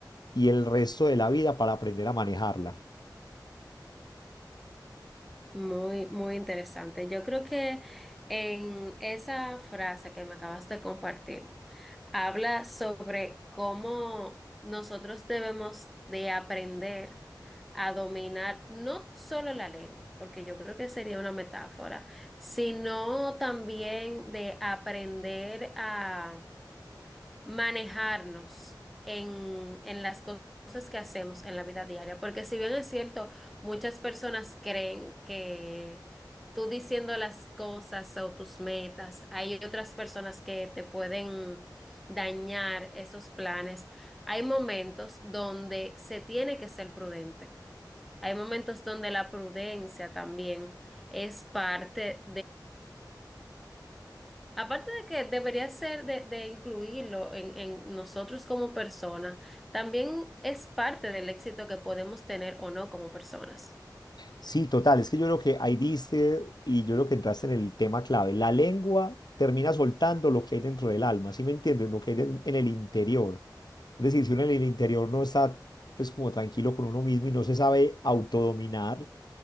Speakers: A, on the left; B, in the centre.
A: y el resto de la vida para aprender a manejarla.
B: Muy, muy interesante. Yo creo que en esa frase que me acabas de compartir, habla sobre cómo nosotros debemos de aprender a dominar no solo la lengua, porque yo creo que sería una metáfora, sino también de aprender a manejarnos en, en las co- cosas que hacemos en la vida diaria. Porque si bien es cierto, muchas personas creen que tú diciendo las cosas o tus metas, hay otras personas que te pueden dañar esos planes. Hay momentos donde se tiene que ser prudente. Hay momentos donde la prudencia también es parte Aparte de que debería ser de, de incluirlo en, en nosotros como personas, también es parte del éxito que podemos tener o no como personas.
A: Sí, total, es que yo creo que ahí diste y yo creo que entraste en el tema clave. La lengua termina soltando lo que hay dentro del alma, ¿sí me entiendes? Lo que hay den- en el interior. Es decir, si uno en el interior no está pues como tranquilo con uno mismo y no se sabe autodominar,